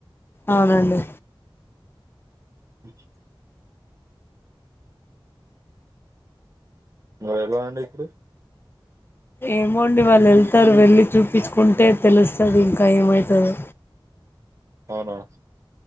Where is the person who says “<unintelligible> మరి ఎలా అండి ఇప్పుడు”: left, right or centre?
Right